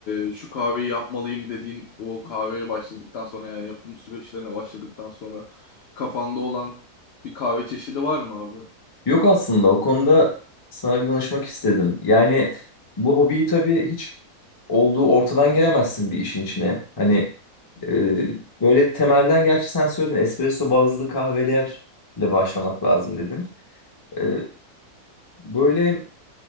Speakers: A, on the left; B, on the left.
A: e, şu kahveyi yapmalıyım dediğin o kahveye başladıktan sonra yani yapım süreçlerine başladıktan sonra kafanda olan bir kahve çeşidi var mı abi?
B: Yok aslında o konuda sana bir danışmak istedim. Yani bu hobiyi tabii hiç olduğu ortadan giremezsin bir işin içine. Hani
A: Hı
B: e,
A: hı.
B: böyle temelden gerçi sen söyledin espresso bazlı kahvelerle başlamak lazım dedin. E, böyle